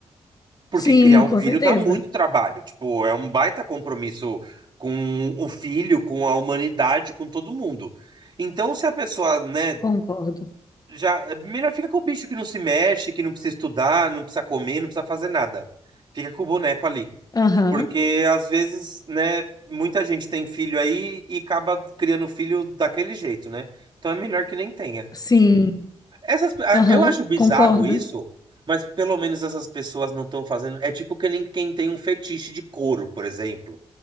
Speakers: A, on the right (about 40°); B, on the left (about 35°).
A: Porque
B: Sim,
A: criar um
B: com
A: filho
B: certeza.
A: dá muito trabalho. Tipo, é um baita compromisso com o filho, com a humanidade, com todo mundo. Então, se a pessoa, né,
B: Concordo.
A: já, melhor fica com o bicho que não se mexe, que não precisa estudar, não precisa comer, não precisa fazer nada. Fica com o boneco ali.
B: Aham.
A: Porque às vezes, né, muita gente tem filho aí e acaba criando filho daquele jeito, né? Então é melhor que nem tenha.
B: Sim.
A: Essas, ah,
B: Aham.
A: eu acho bizarro
B: Concordo.
A: isso, mas pelo menos essas pessoas não estão fazendo. É tipo que nem quem tem um fetiche de couro, por exemplo.